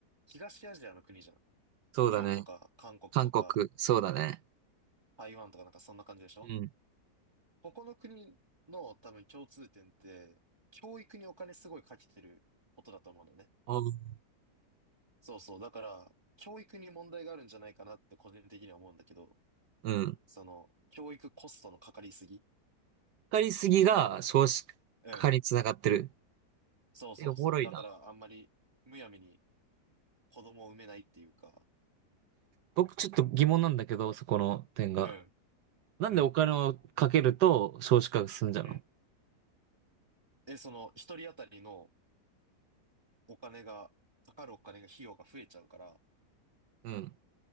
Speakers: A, on the right; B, on the right.
A: 東アジアの国じゃん。
B: そうだね。
A: 日本とか韓国とか
B: 韓国、そうだね。
A: 台湾とかなんかそんな感じでしょ
B: うん。
A: ここの国の多分共通点って、教育にお金すごいかけてることだと思うのね。
B: あ
A: そうそう。だから、教育に問題があるんじゃないかなって個人的には思うんだけど、
B: うん。
A: その、教育コストのかかりすぎ。
B: かりすぎが少子化につながってる。
A: うん。そうそうそう。
B: え、おもろいな。
A: だから、あんまり、むやみに子供を産めないっていうか、
B: 僕ちょっと疑問なんだけど、そこの点が。
A: うん、
B: なんでお金をかけると少子化が進んじゃうの
A: うん、うん。で、その、一人当たりのお金が、かかるお金が、費用が増えちゃうから、
B: うん。